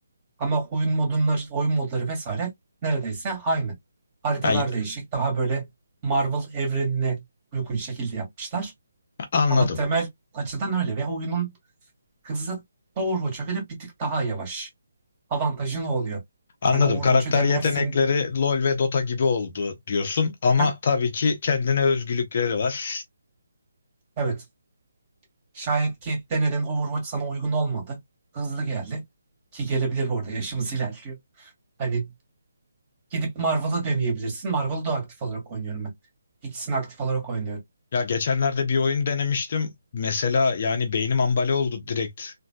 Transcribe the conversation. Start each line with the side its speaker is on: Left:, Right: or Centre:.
Right: Ama oyun modunları, oyun modları vesaire neredeyse aynı. Haritalar
Left: Ay,
Right: değişik. Daha böyle Marvel evrenine uygun şekilde yapmışlar.
Left: anladım.
Right: Ama temel açıdan öyle ve oyunun hızı Overwatch'a göre bir tık daha yavaş. Avantajı ne oluyor?
Left: Anladım.
Right: Hani Overwatch'u
Left: Karakter
Right: denersin.
Left: yetenekleri LoL ve Dota gibi oldu diyorsun ama
Right: Hah,
Left: tabii ki kendine özgülükleri var.
Right: evet Şayet Cade Denner'in Overwatch sana uygun olmadı. Hızlı geldi. Ki gelebilir bu arada yaşımız ilerliyor. Hani gidip Marvel'ı deneyebilirsin. Marvel'ı da aktif olarak oynuyorum ben. İkisini aktif olarak oynuyorum.
Left: Ya geçenlerde bir oyun denemiştim. Mesela yani beynim ambale oldu direkt.